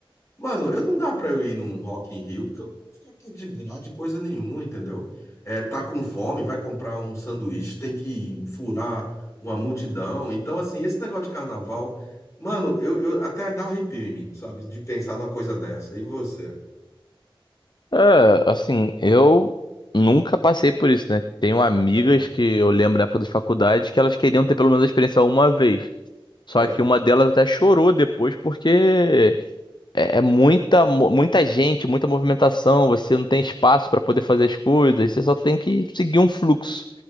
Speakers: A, on the left; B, on the left.
A: Mano, eu não dá pra eu ir num Rock in Rio, porque eu não fico de grade coisa nenhuma, entendeu? É, tá com fome, vai comprar um sanduíche, tem que furar uma multidão. Então, assim, esse negócio de carnaval, mano, eu, eu até dá arrepio em mim, sabe? De pensar numa coisa dessa. E você?
B: É, assim, eu nunca passei por isso, né? Tenho amigas
A: Aham.
B: que eu lembro da época da faculdade que elas queriam ter pelo menos a experiência uma vez. Só
A: Sério.
B: que uma delas até chorou depois porque é é muita, mo- muita gente, muita movimentação, você não tem espaço pra poder fazer as coisas, você só tem que seguir um fluxo.